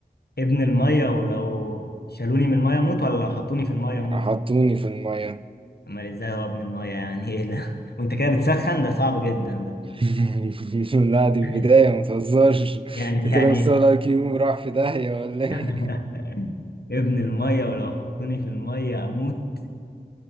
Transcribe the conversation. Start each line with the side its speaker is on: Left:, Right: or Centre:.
Left: ابن الميه ولو شالوني من الميه اموت ولا لو حطوني في الميه اموت
Right: حطوني في المية
Left: امال ازاي هو ابن الميه يعني ايه ده <laughs> وانت كده بتسخن ده صعب جدا ده
Right: <laughs> لا دي البداية
Left: <laughs>
Right: متهزرش
Left: يعني
Right: انت
Left: يعني
Right: كده مستوى الاي كيو راح في داهية ولا ايه؟
Left: <laughs> ابن الميه ولو حطوني في الميه اموت